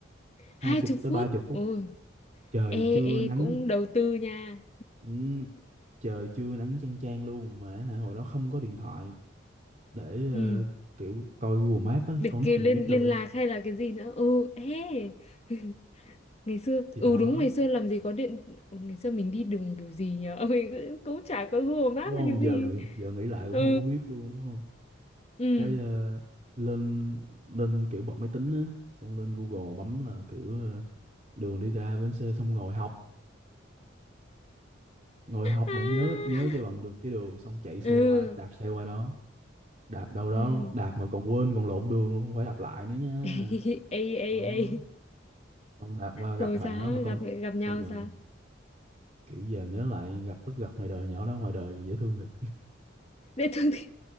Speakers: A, on the left; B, on the right.
A: hai
B: hai chục
A: chục
B: tới
A: phút
B: ba chục phút
A: ôi
B: trời
A: ê
B: chưa
A: ê
B: nắng
A: cũng đầu tư nha
B: ừ, trời chưa nắng chang chang luôn mà hả, hồi đó không có điện thoại để ờ,
A: ừ
B: kiểu coi Google Maps á
A: để
B: con
A: kia
B: nít làm
A: liên
B: gì biết đường
A: liên lạc hay là cái gì nữa ừ ê <laughs> ngày xưa
B: thì
A: ừ
B: đó
A: đúng ngày xưa làm gì có điện Ừ, ngày xưa mình đi đường kiểu gì nhở <laughs> mình cũng cũng chả có Google Maps
B: đúng không
A: hay cái gì
B: giờ nghĩ giờ nghĩ lại cũng
A: ừ
B: không có biết luôn đúng không
A: ừ
B: cái ờ, lên lên kiểu bật máy tính á xong lên Google bấm là kiểu ờ, đường đi từ A đến C xong ngồi học ngồi học
A: à
B: để nhớ nhớ cho bằng được cái đường xong chạy xe
A: <laughs> ừ
B: qua đạp xe qua đó đạp đâu
A: ừ
B: đó đạp mà còn quên còn lộn đường luôn không phải đạp lại nữa nha
A: <laughs> ê ê
B: đó
A: ê
B: xong đạp qua gặp
A: rồi
B: bạn
A: sao
B: đó mà công
A: gặp gặp nhau
B: công nhận
A: sao
B: kiểu giờ nhớ lại gặp lúc gặp ngoài đời nhỏ đó ngoài đời dễ thương thiệt
A: để thường thì